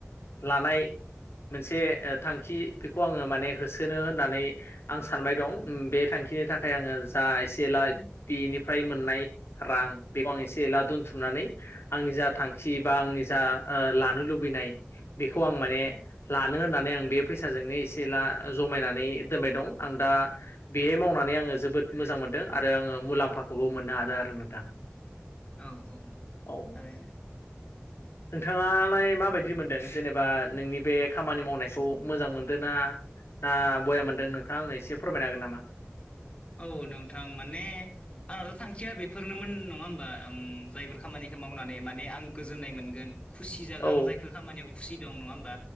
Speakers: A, on the left; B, on the left.
A: लानाय मोनसे ओ थांखि बेखौ आङो माने होसोनो होननानै आं सानबाय दं बे थांखिनि थाखाय आङो जा एसे एला बेनिफाय मोननाय रां बेखौ आं एसे एला दोनथुमनानै आंनि जा थांखि बा आंनि जा ओ लानो लुबैनाय बेखौ आं माने लानो होननानै आं बे फैसाजोंनो एसे जमायनानै दोनबाय दं आं दा बेहै मावनानै आङो जोबोद मोजां मोनदों आरो आङो मुलाम्फाखौबो मोननो हादों आरो नोंथां।
B: औ औ
A: औ
B: थारैनो।
A: नोंथाङालाय माबायदि मोनदों जेनेबा नोंनि बे खामानि मावनायखौ मोजां मोनदों ना? ना बया मोनदों नोंथाङा आंनो एसे फोरमायनो हागोन नामा?
B: औ नोंथां माने आंहाथ' थांखिया बेफोरनोमोन नङा होमबा आं जायफोर खामानिखौ मावनानै माने आं गोजोननाय मोनगोन। खुसि जा
A: औ
B: आं जायफोर खामानियाव खुसि दं नङा होमबा